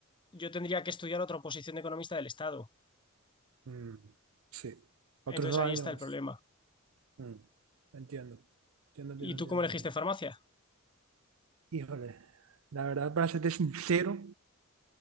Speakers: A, on the left; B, on the right.
A: yo tendría que estudiar otra oposición de economista del Estado.
B: Mm, sí, otros
A: Entonces
B: dos
A: ahí
B: años
A: está el
B: más.
A: problema.
B: Mm, entiendo, entiendo, entiendo,
A: ¿Y tú
B: entiendo,
A: cómo elegiste
B: entiendo.
A: farmacia?
B: Híjole, la verdad, para serte sincero,